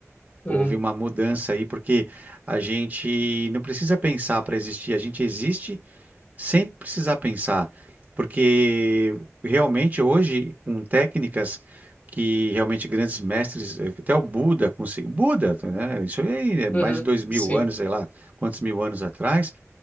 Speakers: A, on the left; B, on the right.
A: uhum,
B: Houve uma mudança aí, porque a gente não precisa pensar para existir, a gente existe sem precisar pensar, porque realmente hoje, com técnicas que realmente grandes mestres, eh, até o Buda conseguiu, Buda, né, isso aí é mais
A: uhum,
B: de dois mil
A: sim,
B: anos, sei lá, quantos mil anos atrás,